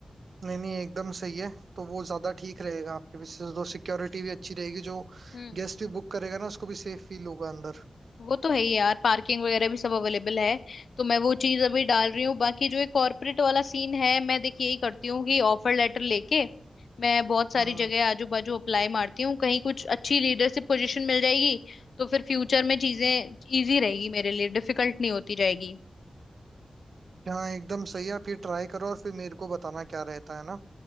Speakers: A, on the right (about 65°); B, on the left (about 75°).
A: नहीं नहीं एकदम सही है तो वो ज्यादा ठीक रहेगा आपके भी तो सिक्योरिटी भी अच्छी रहेगी जो
B: हम्म
A: गेस्ट भी बुक करेगा ना उसको भी सेफ फील होगा अंदर
B: वो तो है ही यार पार्किंग वगैरह भी सब अवेलेबल है तो मैं वो चीज अभी डाल रही हूँ बाकी जो ये कॉर्पोरेट वाला सीन है मैं देखिए यही करती हूँ कि ऑफर लेटर लेके मैं बहुत सारी
A: हम्म।
B: जगह आजू बाजू अप्लाई मारती हूँ कहीं कुछ अच्छी लीडरशिप पोजीशन मिल जाएगी तो फिर फ्यूचर में चीजें इजी रहेगी मेरे लिए डिफिकल्ट नहीं होती जाएगी
A: हाँ एकदम सही है आप ये ट्राई करो और फिर मेरे को बताना क्या रहता है ना